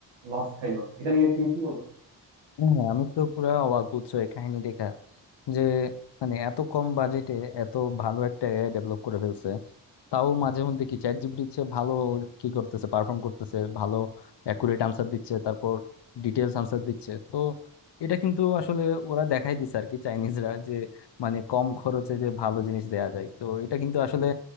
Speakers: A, on the right; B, on the left.
A: লস খাইলো এটা নিয়ে তুমি কি বলো
B: হ্যাঁ আমি তো পুরা অবাক বুঝছো এই কাহিনী দেখা যে মানে এত কম বাজেটে এত ভালো একটা এআই ডেভেলপ করে ফেলছে তাও মাঝে মধ্যে কি চ্যাট জিপিটির চেয়ে ভালো কি করতেছে পারফর্ম করতেছে ভালো অ্যাকুরেট আনসার দিচ্ছে তারপর ডিটেলস আনসার দিচ্ছে তো এটা কিন্তু আসলে ওরা দেখাই দিছে আর কি চাইনিজরা যে মানে কম খরচে যে ভালো জিনিস দেয়া যায় তো এটা কিন্তু আসলে